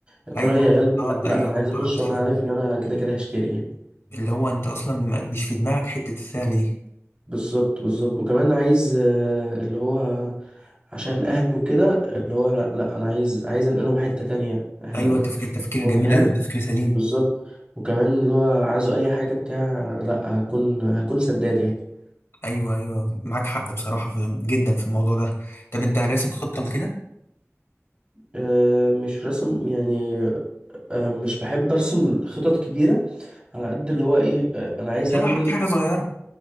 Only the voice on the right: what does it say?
يا ترى
هي غالية
ولا لأ
لأ أنا عايز
أخش
وأنا عارف إن أنا كده كده هشتري يعني
بالظبط بالظبط وكمان عايز آه، اللي هو عشان أهلي وكده اللي هو لأ لأ أنا عايز عايز أنقلهم حتة تانية إحنا
هو فاهم
بالظبط وكمان اللي هو عايزه اي حاجه بتاع لا هكون هكون سداد يعني
أه مش رسم يعني أه مش بحب ارسم خطط كبيره على قد اللي هو ايه أه انا عايز
اعمل